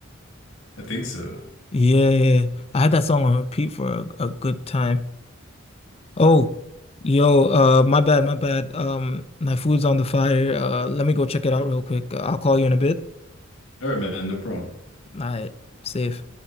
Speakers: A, on the left; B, on the left.
A: I think so.
B: Yeah, yeah. yeah. I had that song on repeat for a, a good time. Oh, yo, uh, my bad, my bad. Um, my food's on the fire. Uh, let me go check it out real quick. I'll call you in a bit.
A: All right, man, no problem.
B: All right, safe.